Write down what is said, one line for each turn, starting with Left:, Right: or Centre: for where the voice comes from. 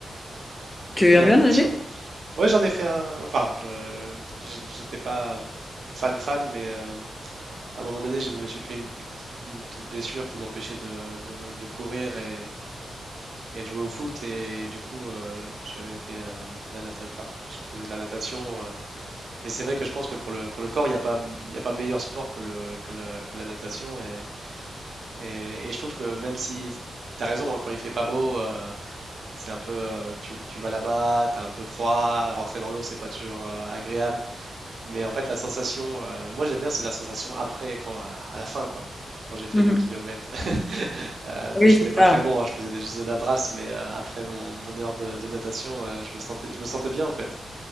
Left: Tu
Right: Oui,
Left: aimes
Right: la
Left: bien
Right: natation.
Left: nager?
Right: Oui, j'en ai fait un. Enfin, je j'- j'étais pas fan fan, mais euh, à un moment donné, je me suis fait une, petite une petite blessure qui m'empêchait de, de- de courir et, et de jouer au foot. Et du coup, euh, j'avais fait euh, de la natation. Enfin, je faisais de la natation. euh. mais c'est vrai que je pense que pour le, pour le corps, il n'y a pas, il y a pas meilleur sport que, le, que, la, que la natation. Et, et, et je trouve que même si. T'as raison, hein, quand il fait pas beau, euh, C'est un peu, euh, tu, tu vas là-bas, t'as un peu froid, rentrer dans l'eau, c'est pas toujours euh, agréable. Mais en fait, la sensation, euh, moi j'aime bien, c'est la sensation après, quand, à, à la fin, quoi. Quand j'ai fait
Left: Mhm.
Right: deux kilomètres <laughs> Euh, moi,
Left: Oui,
Right: j'étais
Left: c'est
Right: pas
Left: ça.
Right: très bon, hein, je faisais de- juste de la brasse, mais euh, après mon, mon heure de, de natation, euh, je me sentais, je me sentais bien en fait.